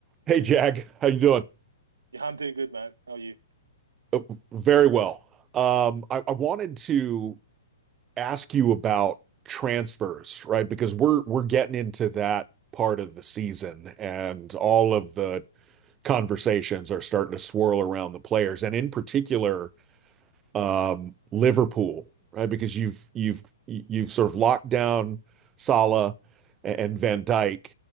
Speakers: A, on the right; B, on the right.
A: Hey Jag, how you doing?
B: Yeah, I'm doing good, man. How are you?
A: Uh, Very well. Um, I, I wanted to ask you about transfers, right? Because we're we're getting into that part of the season, and all of the conversations are starting to swirl around the players, and in particular, um, Liverpool, right? Because you've you've you've sort of locked down Salah and and Van Dijk,